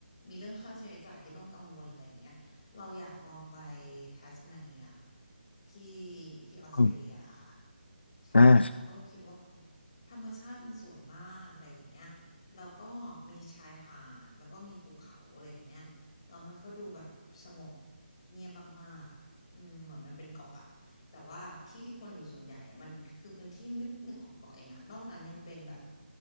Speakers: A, on the left; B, on the left.
A: มีเรื่องค่าใช้จ่ายที่ต้องกังวลอะไรอย่างเงี้ยเราอยากลองไปทัสมาเนียที่ที่ออสเตรเลียค่ะ
B: อม
A: ใช่เพราะเราคิดว่า
B: อ่า
A: ธรรมชาติมันสวยมากอะไรอย่างเงี้ย แล้วก็มีชายหาดแล้วก็มีภูเขาอะไรอย่างเงี้ยแล้วมันก็ดูแบบสงบเงียบมากๆอ่ะอืมเหมือนมันเป็นเกาะอะแต่ว่าที่ที่คนอยู่ส่วนใหญ่อะมันคือพื้นที่นิดหนึ่งของเกาะเองอะนอกนั้นยังเป็นแบบ